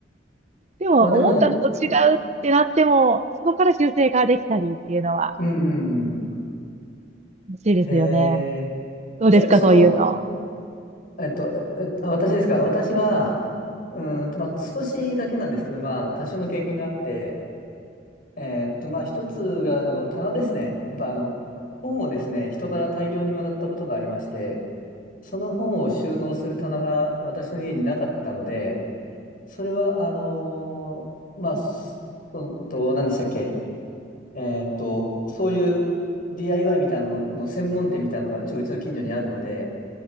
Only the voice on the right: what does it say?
でも、
思ったのと違うってなっても、そこから修正ができたりっていうのは、
楽しいですよね。
どうですか、
そういうの。